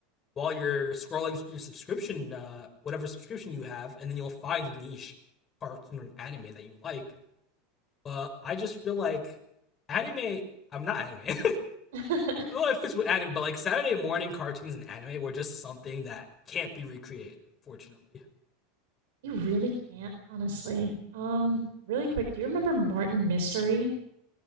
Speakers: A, on the left; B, on the right.
A: while you're scrolling through your subscription, uh, whatever subscription you have, and then you'll find a niche cartoon or anime that you like. But I just feel like anime. I'm not anime. <laughs>
B: <laughs> they
A: well, it fits with anime, but like Saturday morning cartoons and anime were just something that can't be recreated, unfortunately.
B: really can't, honestly. Um, really quick, do you remember Martin Mystery?